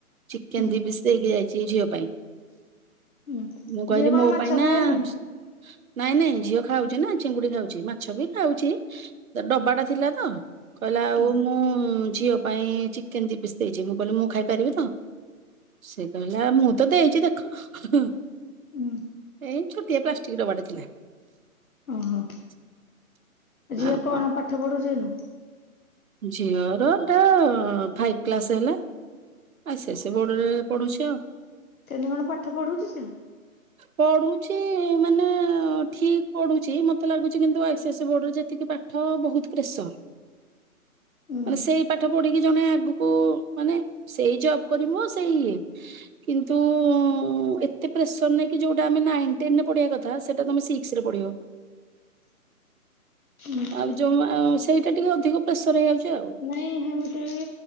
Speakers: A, on the right; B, on the left.
A: ଚିକେନ୍
B: ହୁଁ
A: ଦି ପିସ୍ ଦେଇକି ଯାଇଚି ଝିଅ ପାଇଁ।
B: ହୁଁ
A: ମୁଁ କହିଲି
B: ଝିଅ କଣ
A: ମୋ
B: ମାଛ
A: ପାଇଁ ନା
B: ଖାଏନି?
A: ଝ୍ ନାଇଁ ନାଇଁ ଝିଅ ଖାଉଚି ନା ଚିଙ୍ଗୁଡି ଖାଉଚି ମାଛ ବି ଖାଉଚି ଡବାଟା ଥିଲା ତ କଇଲା ଆଉ
B: ହୁଁ
A: ମୁଁ ଝିଅ ପାଇଁ ଚିକେନ୍ ଦି ପିସ୍ ଦେଇଚି ମୁଁ କହିଲି ମୁଁ ଖାଇପାରିବି ତ? ସେ କହିଲା ମୁଁ ତ ଦେଇଚି ଦେଖ।
B: ହୁଁ
A: ଏ ଇ ଛୋଟିଆ ପ୍ଲାଷ୍ଟିକ୍ ଡବା ଟେ ଥିଲା।
B: ଓହୋ।
A: <inaudible>
B: ଝିଏ
A: ଆଉ
B: କଣ ପାଠ ପଢୁଚି ଏନୁ?
A: ଝିଅ ର ଏଟା ଫାଇବ କ୍ଲାସ ହେଲା। ଆଇସିଆସି ବୋର୍ଡ ରେ ପଢୁଚି ଆଉ।
B: କେନ୍ତି କଣ ପାଠ ପଢୁଚି ସେ?
A: ପଢୁଛି ମାନେ ଠିକ୍ ପଢୁଛି ମତେ ଲାଗୁଚି କିନ୍ତୁ ଆଇସିଆସି ବୋର୍ଡରେ ଯେତିକି ପା ଠ ବହୁତ୍ ପ୍ରେସର୍।
B: ହୁଁ
A: ମାନେ ସେଇ ପାଠ ପଢିକି ଜଣେ ଆଗୁକୁ ମାନେ ସେଇ ଜବ୍ କରିବ ସେଇ ଇଏ କିନ୍ତୁ ଉଁ- ଏତେ ପ୍ରେସର ନେଇଁ କି ଯୋଉଟା ନାଇନ୍ ଟେନ୍ ରେ ପଢିଆ କଥା ସେଟା ତମେ ସି କ୍ସ ରେ ପଢ଼ିବ।
B: <inaudible> ଆଚ୍ଛା
A: ଆଉ ଜମା ସେଇଟା ଟିକେ ଅଧିକ ପ୍ରେସର୍ ହେଇଯାଉଚି ଆଉ।
B: ନାଇଁ ହେମେ ଏଇ